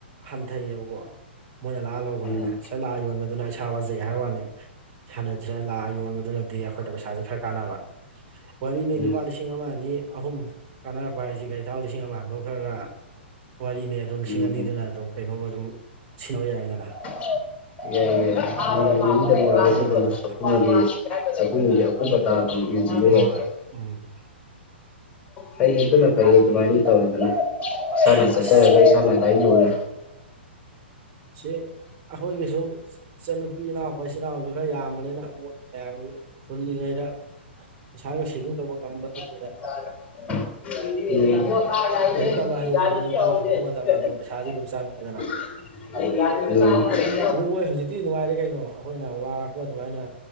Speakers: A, on the right; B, on the left.
A: ꯍꯟꯊꯩꯌꯦꯕꯀꯣ ꯃꯣꯏꯅ ꯂꯥꯛꯑ ꯂꯧꯕꯅꯤꯅ
B: ꯎꯝ
A: ꯁꯥ ꯂꯥꯛꯑ ꯌꯣꯟꯕꯗꯨꯅ ꯑꯁ ꯏꯁꯥ ꯋꯥꯖꯩ ꯍꯥꯏꯕ ꯋꯥꯅꯤ ꯏꯁꯥꯟꯅꯖꯥ ꯂꯥꯛꯑ ꯌꯣꯟꯕꯗꯨꯅꯗꯤ ꯑꯩꯈꯣꯏꯗ ꯄꯩꯁꯥꯁꯦ ꯈꯔ ꯀꯥꯟꯅꯕ ꯋꯥꯔꯤꯅꯤ ꯂꯨꯄꯥ
B: ꯎꯝ
A: ꯂꯤꯁꯤꯡ ꯑꯃ ꯑꯅꯤ ꯑꯍꯨꯝ ꯀꯥꯟꯅꯔꯛꯄ ꯍꯥꯏꯁꯤ ꯒꯔꯤ ꯊꯥꯎ ꯂꯤꯁꯤꯡ ꯑꯃ ꯍꯟꯗꯣꯛꯈ꯭ꯔꯒ ꯋꯥꯔꯤꯅꯦ ꯑꯗꯨꯝ ꯂꯤꯁꯤꯡ
B: ꯎꯝ
A: ꯑꯅꯤꯗꯨꯅ
B: ꯎꯝ
A: ꯑꯗꯨꯝ ꯀꯩꯅꯣꯝꯃ ꯑꯗꯨꯝ ꯁꯤꯖꯤꯟꯅꯕ ꯌꯥꯏꯗꯅ
B: ꯁ ꯁ ꯕ
A: ꯑꯥ
B: ꯏ ꯍꯥꯏ
A: ꯍꯣꯏ ꯎꯝ
B: ꯐꯩ ꯑꯗꯨꯅ ꯐꯩ ꯑꯗꯨꯃꯥꯏꯅ ꯇꯧꯔꯤꯗꯅ ꯏꯁꯥꯅ
A: ꯑꯁ
B: ꯆꯠꯆꯔꯒ ꯏꯁꯥꯅ ꯑꯗꯨꯗꯥꯥꯏꯅ ꯌꯣꯂ
A: ꯑꯥ ꯁꯤ ꯑꯩꯈꯣꯏꯒꯤ ꯁꯨꯝ ꯏꯆꯟꯅꯨꯄꯤ ꯏꯅꯥꯎ ꯏꯆꯤꯟ ꯏꯅꯥꯎꯁꯨ ꯈꯔ ꯌꯥꯝꯕꯅꯤꯅ ꯃꯣꯏꯒꯤ ꯃꯌꯥꯝꯒꯤ ꯍꯨꯜꯂꯤꯉꯩꯗ ꯏꯁꯥꯒ ꯁꯦꯚꯤꯡ ꯇꯧꯕ ꯉꯝꯕ ꯅꯠꯇ
B: <inaudible> ꯗꯤꯑꯣ
A: ꯂꯥꯏꯔꯤꯛ ꯇꯝꯕ
B: ꯂ
A: ꯍꯥꯏꯁꯤꯗꯕꯨ ꯅꯣꯏ ꯑꯩꯈꯣꯏꯁꯨ ꯇꯝꯃꯛꯄ ꯃꯇꯝꯗ
B: ꯀꯗꯦ
A: ꯑꯗꯨꯝ ꯄꯩꯁꯥꯁꯦ ꯑꯗꯨꯝ ꯆꯪꯉꯛꯑꯦꯗꯅ
B: ꯃꯥ
A: ꯑꯗꯨ ꯃꯣꯏ ꯍꯧꯖꯤꯛꯇꯤ ꯅꯨꯡꯉꯥꯏꯔꯦ ꯀꯩꯅꯣ ꯑꯩꯈꯣꯏꯅ ꯋꯥꯔꯛꯄ ꯑꯗꯨꯃꯥꯏꯅ